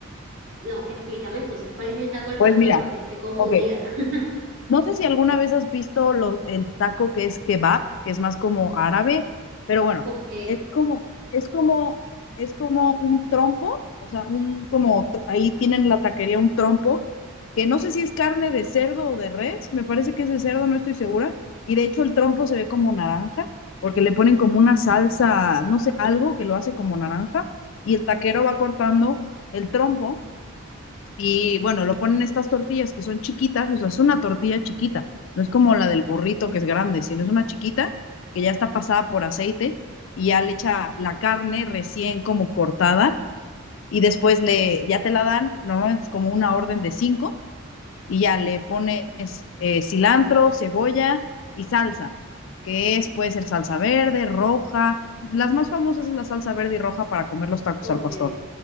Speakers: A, on the right; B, on the left.
A: No, explícame entonces, ¿cuál es el taco al
B: pues
A: pastor?
B: mira,
A: Porque estoy confundida.
B: ok.
A: <laughs>
B: No sé si alguna vez has visto lo- el taco que es kebab, que es más como árabe, pero bueno,
A: Ok,
B: es como, es como, es como un trompo, o sea, un como tr- ahí tienen la taquería un trompo, que no sé si es carne de cerdo o de res, me parece que es de cerdo, no estoy segura. Y de hecho el trompo se ve como naranja, porque le ponen como una salsa, no sé, algo que lo hace como naranja, y el taquero va cortando el trompo y bueno, lo ponen estas tortillas que son chiquitas, o sea, es una tortilla chiquita, no es como la del burrito que es grande, sino es una chiquita que ya está pasada por aceite y ya le echa la carne recién como cortada y después le, ya te la dan, normalmente es como una orden de cinco y ya le pones eh, cilantro, cebolla y salsa, que es, puede ser salsa verde, roja, las más famosas es la salsa verde y roja para comer los tacos
A: ok.
B: al pastor.